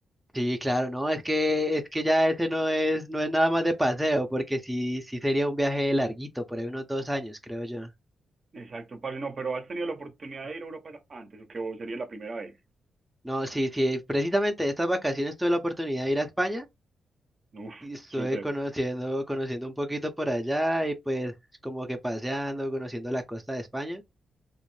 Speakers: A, in the centre; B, on the right (about 45°).
A: Sí, claro, no, es que, es que ya ese no es, no es nada más de paseo, porque sí, sí sería un viaje larguito, por ahí unos dos años, creo yo.
B: Exacto, parce, no, pero ¿has tenido la oportunidad de ir a Europa antes o qué? ¿O sería la primera vez?
A: No, sí, sí, precisamente estas vacaciones tuve la oportunidad de ir a España.
B: Uf,
A: y estuve
B: súper.
A: conociendo, conociendo un poquito por allá y pues como que paseando, conociendo la costa de España.